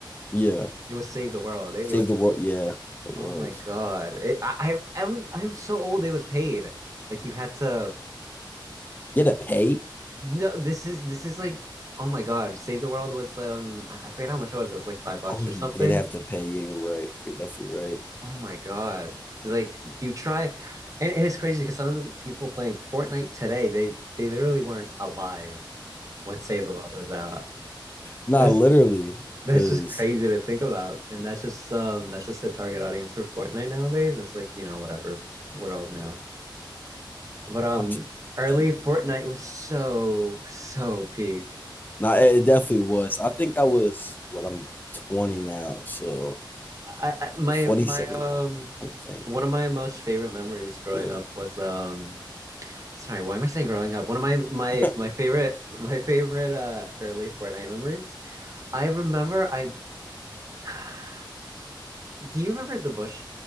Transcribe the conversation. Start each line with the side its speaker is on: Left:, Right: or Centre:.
Left: Yeah.
Right: It was Save the World. It,
Left: Save
Right: it was
Left: the World. Yeah, it was.
Right: oh my God. It, I I I'm I'm so old. It was paid. Like you had to.
Left: You had to pay?
Right: No, this is this is like oh my God. Save the World was um I I forget how much it was. It was like five bucks
Left: Oh, you
Right: or something.
Left: did have to pay. Yeah, you're right. You're definitely right.
Right: Oh my God. Like you try and, and it's crazy because some of the people playing Fortnite today, they they literally weren't alive when Save the World was out.
Left: Nah,
Right: That's
Left: literally,
Right: that's
Left: because
Right: just crazy to think about. And that's just um that's just the target audience for Fortnite nowadays. It's like, you know, whatever world
Left: yeah,
Right: now. But um
Left: I'm. tr-
Right: early
Left: tr-
Right: Fortnite was so so peak.
Left: Nah, it definitely was. I think I was what I'm 20 now, so
Right: I, I my
Left: 2017.
Right: my um
Left: I think.
Right: one of my most favorite memories growing
Left: Yeah.
Right: up was um sorry, why am I saying growing up? One of my my
Left: <laughs>
Right: my favorite my favorite uh early Fortnite memories. I remember I <sighs> do you remember the bush